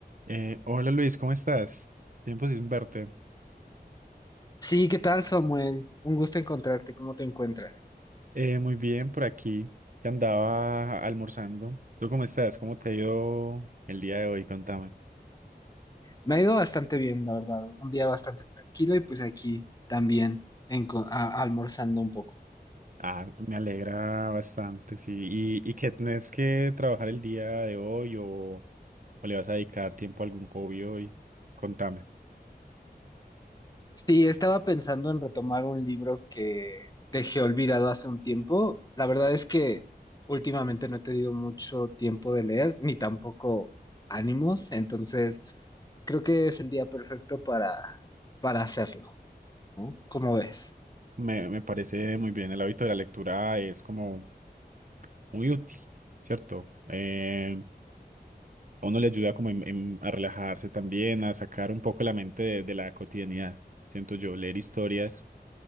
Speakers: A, on the right; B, on the left.
A: Eh, hola Luis, ¿cómo estás? Tiempo sin verte.
B: Sí, ¿qué tal, Samuel? Un gusto encontrarte. ¿Cómo te encuentras?
A: Eh, muy bien, por aquí, que andaba almorzando. ¿Tú cómo estás? ¿Cómo te ha ido el día de hoy? Contame.
B: Me ha ido bastante bien, la verdad. Un día bastante tranquilo y pues aquí también enco- a- almorzando un poco.
A: Ah, me alegra bastante, sí. ¿Y, y qué tenés que trabajar el día de hoy o, o le vas a dedicar tiempo a algún hobby hoy? Contame.
B: Sí, estaba pensando en retomar un libro que dejé olvidado hace un tiempo. La verdad es que últimamente no he tenido mucho tiempo de leer, ni tampoco ánimos, entonces creo que es el día perfecto para, para hacerlo, ¿no? ¿Cómo ves?
A: Me, me parece muy bien, el hábito de la lectura es como muy útil, ¿cierto? Eh, A uno le ayuda como en- en- a relajarse también, a sacar un poco la mente de, de la cotidianidad. Siento yo, leer historias